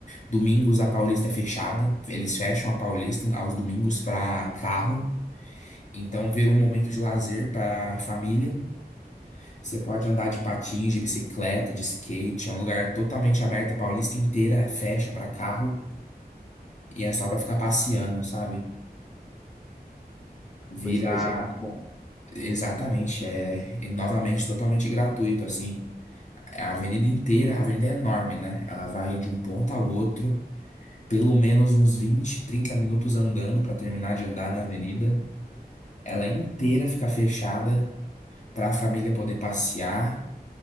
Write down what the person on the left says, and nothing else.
Domingos a Paulista é fechada. Eles fecham a Paulista aos domingos para carro. Então vira um momento de lazer para família. Você pode andar de patins, de bicicleta, de skate. É um lugar totalmente aberto. A Paulista inteira fecha para carro e é só para ficar passeando, sabe? Vira
exatamente, é, e novamente totalmente gratuito assim. É, A avenida inteira, a avenida é enorme, né? Ela vai de um ponto ao outro, pelo menos uns 20 30 minutos andando para terminar de andar na avenida. Ela inteira fica fechada para a família poder passear.